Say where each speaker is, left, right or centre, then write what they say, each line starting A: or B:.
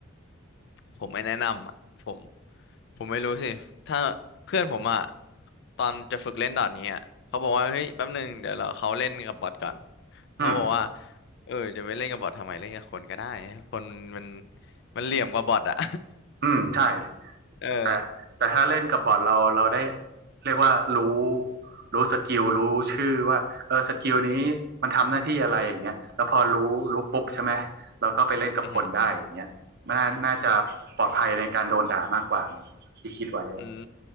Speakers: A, on the left; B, on the right.
A: ผมไม่แนะนำอ่ะผม ผมไม่รู้สิถ้าเพื่อนผมอ่ะตอนจะฝึกเล่นดอทนี้อะเขาบอกว่าเฮ้ยแป๊บหนึ่งเดี๋ยวเราเขาเล่นกับบอทก่อนเขาบอกว่า
B: อืม
A: เออจะไปเล่นกับบอททำไมเล่นกับคนก็ได้คนมันมันเหลี่ยมกว่าบอทอ่ะ
B: อืม ใช่
A: <laughs> เออ
B: แต่แต่ถ้าเล่นกับบอทเราเราได้เรียกว่ารู้รู้สกิลรู้ชื่อว่าเออสกิลนี้มันทำหน้าที่อะไรอย่างเงี้ยแล้วพอรู้รู้ปุ๊บใช่ไหม เราก็ไปเล่นกับคนได้อย่างเงี้ยมันน่าน่าจะปลอดภัยในการโดนด่ามากกว่า
A: อือหือ
B: ที่คิดไว้อะ
A: อืม